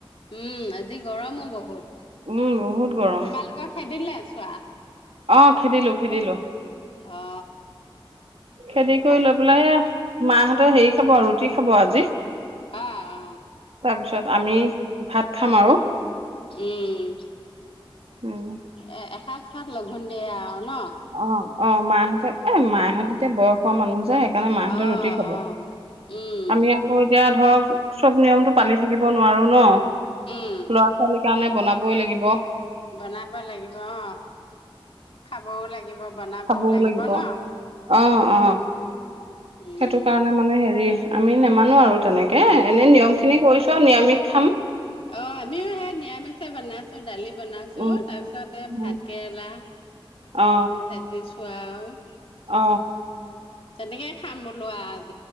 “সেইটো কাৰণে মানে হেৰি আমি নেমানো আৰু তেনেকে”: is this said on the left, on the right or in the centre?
Right